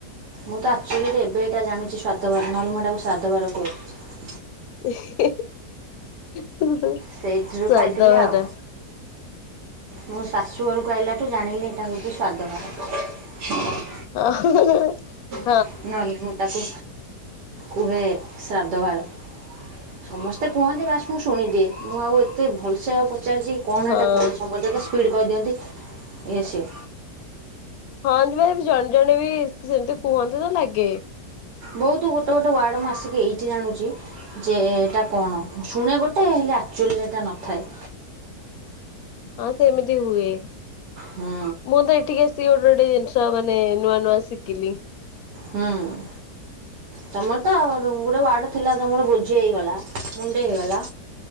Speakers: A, on the right; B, on the left.
A: ମୁଁ ତ ଆକ୍ଚୁଆଲିରେ ଏବେ ଟା ଜାଣୁଛି, ସ୍ଵାଦବାର ନ ହେଲେ ମୋ ଟାକୁ ଶ୍ରାଦବାର କହୁଚି।
B: ଏ ହେ ହୁଂ ହୁଁ
A: ସେଇଥିରୁ
B: ସ୍ଵାଦ
A: ଖାଇଥିଲି
B: ଭଜା।
A: ଆଉ ମୁଁ ଶାଶୁ ଘରକୁ ଆଇଲାଠୁ ଜାଣିଲି ଏଇଟା ହେଉଛି ସ୍ଵାଦ ଭାର।
B: ଅ ହଁ ହଁ ହଁ।
A: ନ ହେଲେ ମୁଁ ତାକୁ କୁହେ ଶ୍ରାଦ୍ଧ ବାର। ସମସ୍ତେ କୁହନ୍ତି ବାସ୍ ମୁଁ ଶୁଣିଦିଏ। ମୁଁ ଆଉ ଏତେ ଭଲସେ ଆଉ ପଚାରୁିଛି କଣ
B: ହଁ।
A: ଏଇଟା କୁହନ୍ତି। ସମସ୍ତେ ତ ସ୍ପିଡ଼୍ କହି ଦିଅନ୍ତି ଇଏ ସିଏ।
B: ହଁ <unintelligible> ଜଣେ ଜଣେ ବି ସେମିତି କୁହନ୍ତି ତ ଲାଗେ।
A: ବହୁତ ଗୋଟେ ଗୋଟେ ୱାର୍ଡ଼ ମୁଁ ଆସିକି ଏଇଠି ଜାଣୁଛି, ଯେ ଏଇଟା କଣ? ଶୁଣେ ଗୋଟେ ଆକ୍ଚୁଆଲିରେ ଏଇଟା ନଥାଏ।
B: ହଁ ସେମିତି ହୁଏ।
A: ହୁଁ
B: ମୁଁ ତ ଏଠିକି ଆସି ଗୋ ଗୋଟେ ଗୋଟେ ଜିନିଷ ମାନେ ନୂଆ ନୂଆ ଶିଖିଲି।
A: ହୁଁ। ତମର ତ ଗୋଟେ ୱାଡ ଥିଲା। ତମର ବୁଝି ହେଇଗଲା। ମୁଣ୍ଡେ ହେଇଗଲା।